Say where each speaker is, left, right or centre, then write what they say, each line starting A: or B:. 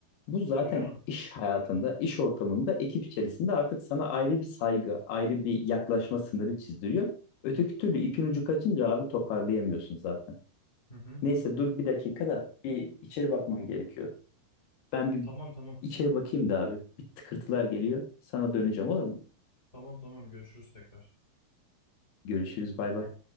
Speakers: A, on the left (about 80°); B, on the left (about 15°).
A: Bu zaten
B: Tabii canım.
A: iş hayatında, iş ortamında, ekip içerisinde artık sana ayrı bir saygı, ayrı bir yaklaşma sınırı çizdiriyor. Öteki türlü ipin ucu kaçınca abi toparlayamıyorsun zaten.
B: Hı hı.
A: Neyse dur bir dakika da bir içeri bakmam gerekiyor. Ben bir
B: Tamam tamam.
A: içeri bakayım da abi. Bir tıkırtılar geliyor. Sana döneceğim olur mu?
B: Tamam tamam. Görüşürüz tekrar.
A: Görüşürüz bay bay.